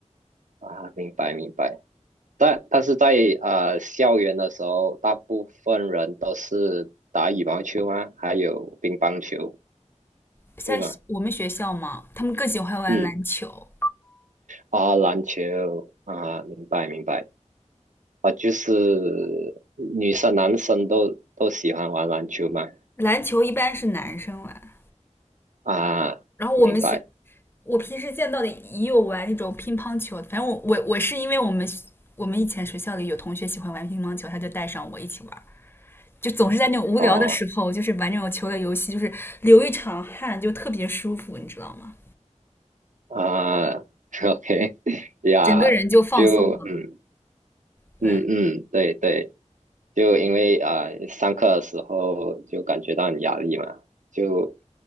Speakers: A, on the right; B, on the left.
A: 啊，明白明白，但但是在呃校园的时候，大部分人都是打羽毛球吗？还有乒乓球，
B: 像我们学校嘛，
A: 对吗？
B: 他们更喜欢玩篮球，
A: 嗯，啊，篮球啊，明白明白。啊，就是女生男生都都喜欢玩篮球嘛。
B: 篮球一般是男生玩，
A: 啊，
B: 然后我们学
A: 明白。
B: 我平时见到的也有玩那种乒乓球，反正我我我是因为我们我们以前学校里有同学喜欢玩乒乓球，他就带上我一起玩，就总是在那种无聊的时候，
A: 哦，
B: 就是玩这种球类游戏，就是流一场汗就特别舒服，你知道吗？
A: 啊，OK，<laughs> 呀，
B: 整个人就放松了。
A: 就嗯
B: 对，
A: 嗯嗯，对对，就因为啊、呃上课的时候就感觉到很压力嘛，就